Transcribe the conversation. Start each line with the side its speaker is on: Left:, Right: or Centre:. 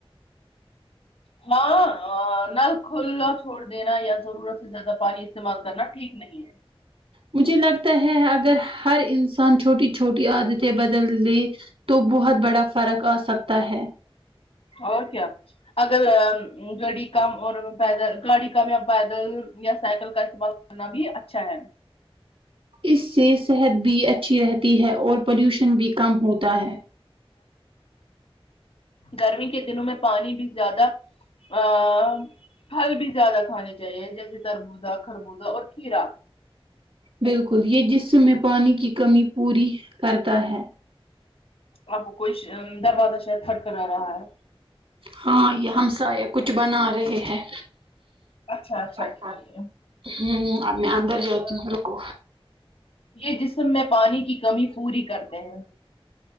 Left: ہاں نل کھلاچھوڑ دینا یا ضرورت سے زیادہ پانی استعمال کرنا ٹھیک نہیں ہے
Right: مجھے لگتا ہے اگر ہر انسان چھوٹی چھوٹی عادتیں بدل لیں تو بہت بڑا فرق آسکتا ہے
Left: اور کیا اگر گاڑی کم اور پیدل گاڑی کم یا پیدل یا سائیکل کا استعمال کرنا بھی اچھا ہے
Right: اس سے صحت بھی اچھی رہتی ہے اور پلیوشن بھی کم ہوتا ہے
Left: گرمی کے دنوں میں پانی بھی زیادہ آں پھل بھی زیادہ کھانے چاہیے جیسے تربوزہ خربوزہ اور کھیرا
Right: بالکل یہ جسم میں پانی کی کمی پوری کرتا ہے
Left: آپ کو کوئی شہ دروازہ شاید کھٹ کھٹارہا ہے
Right: ہاں یہ ہم سائے کچھ بنا رہے ہیں
Left: اچھا اچھا
Right: ہاں
Left: ٹھیک ہے
Right: آ ب میں اندر جاتی ہو رکو
Left: یہ جسم میں پانی کی کمی پوری کرتے ہیں